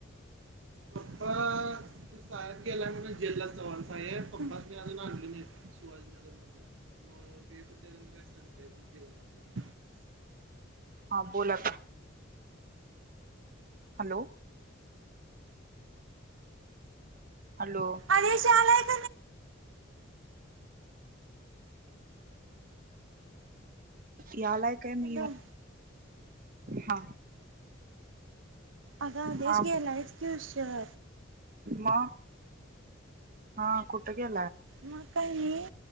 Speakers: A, on the right (about 75°); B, on the right (about 45°).
A: पप्पा ते साहेब गेल्या म्ह जेलला चवार आहे पप्पा अजून आणून शिवाजीनगर मधून म भेटते मी काय सांगतेय जेवणाच
B: हा बोला आत हॅलो हॅलो
A: अशलाय <unintelligible>
B: या आलाय काय
A: हॅलो
B: मी येऊ हा
A: अग आदेश
B: हा
A: गेलाय कि उशीर
B: मग हा कुठं गेलाय
A: म काय नाही